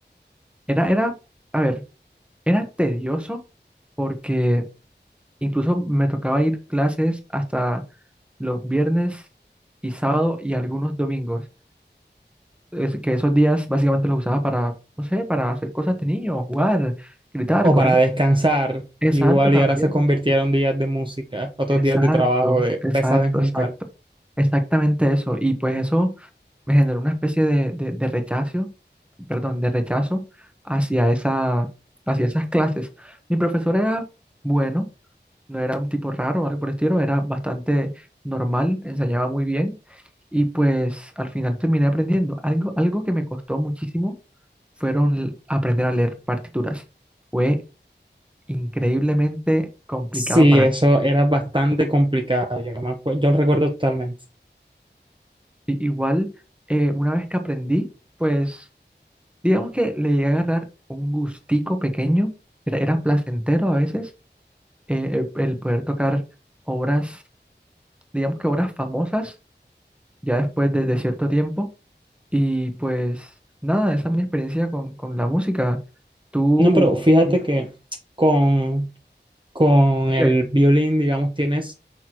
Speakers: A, in the centre; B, on the right.
A: Era, era, a ver, era tedioso porque incluso me tocaba ir clases hasta los viernes y sábado y algunos domingos. es que esos días básicamente los usaba para, no sé, para hacer cosas de niño, jugar, gritar,
B: O
A: correr.
B: para descansar,
A: Exacto,
B: igual
A: también.
B: y ahora se convirtieron días de música, otros
A: Exacto,
B: días de trabajo, de
A: exacto,
B: pesadez mental.
A: exacto. Exactamente eso. Y pues eso me generó una especie de, de, de rechazo, perdón, de rechazo hacia esa, hacia esas clases. Mi profesor era bueno. No era un tipo raro o algo por el estilo, era bastante normal, enseñaba muy bien y pues al final terminé aprendiendo. Algo, algo que me costó muchísimo fueron l- aprender a leer partituras. Fue increíblemente complicado
B: Sí,
A: para
B: eso era bastante complicado, yo, me acue- yo lo recuerdo totalmente.
A: mí. I- Igual, eh, una vez que aprendí, pues digamos que le llegué a agarrar un gustico pequeño, era, era placentero a veces eh, el el poder tocar obras, digamos que obras famosas, ya después de de cierto tiempo Y pues nada, esa es mi experiencia con, con la música. Tú
B: No, pero fíjate
A: dices
B: que con, con el
A: que
B: violín, digamos, tienes